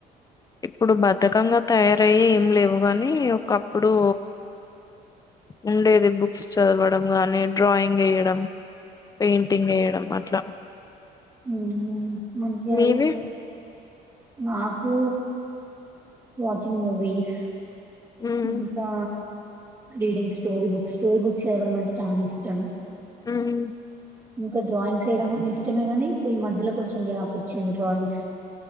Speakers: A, on the left; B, on the right.
A: ఇప్పుడు బద్దకంగా తయారయ్యి ఏం లేవు, కని ఒకప్పుడు
B: <inaudible>
A: ఉండేది బుక్స్ చదవడం గాని, డ్రాయింగ్ ఏయడం. పెయింటింగ్ వేయడం అట్లా.
B: ఉహు మంచి హ్యాబిట్స్
A: మీవి?
B: నాకు వాచింగ్ మూవీస్.
A: హ్మ్.
B: ఇంకా reading story books, story book చదవడం అంటే చానా ఇష్టం.
A: హ్మ్.
B: ఇంకా డ్రాయింగ్స్ ఏయడం గుడ ఇష్ ఇష్టమే గనీ పోయ్ మధ్యలో కొంచెం గ్యాప్ వచ్చింది డ్రాయింగ్స్.